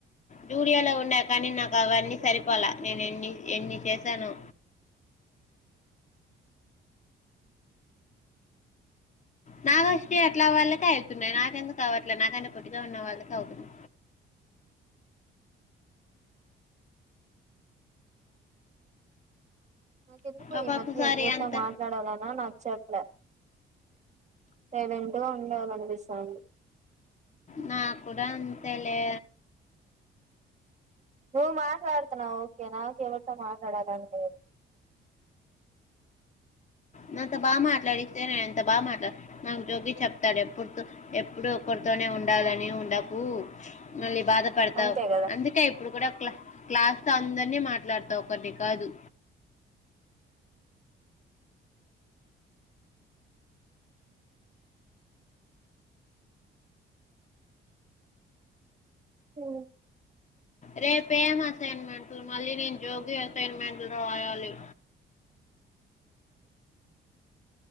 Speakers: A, on the left; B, on the right.
A: జూడియాలో ఉండ కానీ నాకు అవన్నీ సరిపోలే నేను ఎన్ని ఎన్ని చేసానో నాగశ్రీ అట్లా వాళ్ళకే వెళ్తున్నాయి నాకెందుకు అవట్లే నాకంటే పొట్టిగా ఉన్న వాళ్లకె అవుతున్నా,
B: నాకు ఎందుకో
A: ఒక్కొక్కసారి
B: ఈ మధ్య ఎవరితో
A: అంత
B: మాట్లాడాలన్నా నచ్చట్లే లేదంటే ఉండాలనిపిస్తోంది
A: నా కూడా అంతలె
B: నువ్వు మాట్లాడుతున్నావ్ ఓకే నాకు ఎవరితో మాట్లాడాలని లేదు
A: నాంత బాగా మాట్లాడిస్తే నేను ఇంత బాగా మాట్లా నాకు జోగి చెప్తాడు ఎప్పుడు ఎప్పుడు ఒకరితోనే ఉండాలని ఉండకు మళ్ళీ, బాధపడతావు
B: అంతే కదా
A: అందుకే ఇప్పుడు కూడా కా క్లాస్ అందరినీ మాట్లాడతా ఒకటి కాదు
B: హు
A: రేప ఏం అసైన్మెంట్లు మళ్ళీ నేను జోగి అసైన్మెంట్లు రాయాలి,